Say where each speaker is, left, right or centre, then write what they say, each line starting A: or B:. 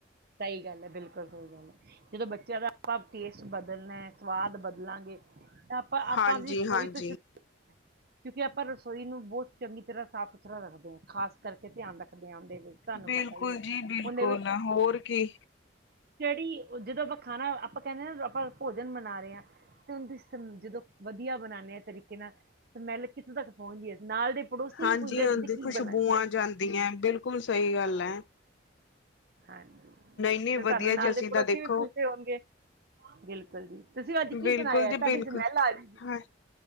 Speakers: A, on the right; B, on the left.
A: ਸਹੀ ਗੱਲ ਐ, ਬਿਲਕੁਲ ਸਹੀ ਗੱਲ ਐ। ਜਦੋਂ ਬੱਚਿਆਂ ਦਾ ਆਪਾਂ ਟੇਸਟ ਬਦਲਣਾ, ਸਵਾਦ ਬਦਲਾਂਗੇ। ਤੇ ਆਪਾਂ ਆਪਾਂ,
B: ਹਾਂਜੀ
A: ਦੀ ਰਸੋਈ
B: ਹਾਂਜੀ
A: ਤੋਂ ਸ਼ੁਰੂ ਕਰ। ਕਿਉਂਕਿ ਆਪਾਂ ਰਸੋਈ ਨੂੰ ਬਹੁਤ ਚੰਗੀ ਤਰ੍ਹਾਂ ਸਾਫ਼- ਸੁਥਰਾ ਰੱਖਦੇ ਹਾਂ, ਖ਼ਾਸ ਕਰਕੇ ਧਿਆਨ ਰੱਖਦੇ ਆਂ ਉਹਦੇ ਵਿੱਚ। ਤੁਹਾਨੂੰ
B: ਬਿਲਕੁਲ
A: ਪਤਾ ਹੀ ਹੈ
B: ਜੀ- ਬਿਲਕੁਲ,
A: ਉਹਦੇ ਵਿੱਚ
B: ਹੋਰ ਕੀ
A: ਜਿਹੜੀ ਜਦੋਂ ਆਪਾਂ ਖਾਣਾ, ਆਪਾਂ ਕਹਿੰਦੇ ਨਾ ਆਪਾਂ ਭੋਜਨ ਬਣਾ ਰਹੇ ਆਂ। ਤੇ ਉਹਨੂੰ ਦਿਸਣ, ਜਦੋਂ ਵਧੀਆ ਬਣਾਣੇ ਆ ਤਰੀਕੇ ਨਾਲ ਸਮੈਲ ਕਿੱਥੋਂ ਤੱਕ ਪਹੁੰਚਦੀ ਐ, ਨਾਲ ਦੇ ਪੜੋਸੀ
B: ਹਾਂਜੀ
A: ਵੀ ਪੁੱਛਦੇ
B: ਹਾਂਜੀ
A: ਤੁਸੀਂ ਕੀ
B: ਖੁਸ਼ਬੂਆਂ
A: ਬਣਾਇਆ।
B: ਜਾਂਦੀਆਂ ਬਿਲਕੁਲ ਸਹੀ ਗੱਲ
A: ਹਾਂ
B: ਐ।
A: ਹਾਂਜੀ,
B: ਨਹੀਂ
A: ਤੇ
B: ਵਧੀਆ
A: ਤੁਹਾਡੇ ਨਾਲ
B: ਜੀ ਅਸੀਂ
A: ਦੇ
B: ਤਾਂ
A: ਪੜੋਸੀ
B: ਦੇਖੋ
A: ਵੀ ਪੁੱਛਦੇ ਹੋਣਗੇ। ਬਿਲਕੁਲ ਜੀ, ਤੁਸੀਂ ਅੱਜ ਕੀ
B: ਬਿਲਕੁਲ
A: ਬਣਾਇਆ,
B: ਜੀ
A: ਤੁਹਾਡੀ
B: ਬਿਲਕੁਲ
A: ਸਮੈਲ ਆ ਰਹੀ ਜੀ।
B: ਹਾਂ